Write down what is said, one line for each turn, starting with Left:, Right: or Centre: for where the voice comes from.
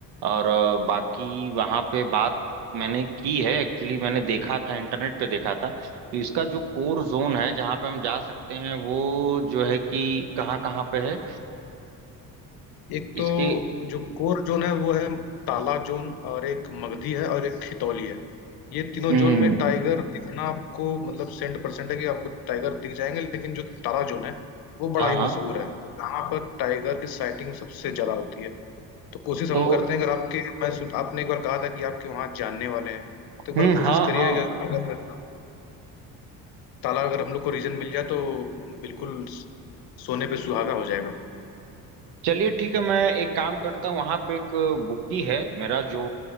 Right: और अ, बाकी वहाँ पे बात मैंने की है एक्चुअली मैंने देखा था इंटरनेट पे देखा था तो इसका जो कोर जोन है जहाँ पे हम जा सकते हैं वो जो है कि कहाँ कहाँ पे है
Left: एक तो
Right: इसके
Left: जो कोर जोन है वो है ताला जोन और एक मगधी है और एक खितौली है ये तीनों
Right: हम्म
Left: जोन में टाइगर दिखना आपको मतलब सेंट परसेंट है कि आपको टाइगर दिख जाएंगे लेकिन जो ताला जोन है वो बड़ा
Right: हाँ
Left: ही
Right: हाँ
Left: मशहूर है यहाँ पर टाइगर की साइटिंग सबसे ज्यादा होती है तो कोशिश हम
Right: तो
Left: करते हैं अगर आपके मैं सुन आपने एक बार कहा था कि आपके वहाँ जानने वाले हैं तो एक
Right: हम्म
Left: बार कोशिश
Right: हाँ
Left: करिए
Right: हाँ
Left: कि अगर अगर ताला अगर हम लोग को रीजन मिल जाए तो बिल्कुल सोने पे सुहागा हो जाएगा
Right: चलिए ठीक है मैं एक काम करता हूँ वहां पे एक बुकी है मेरा जो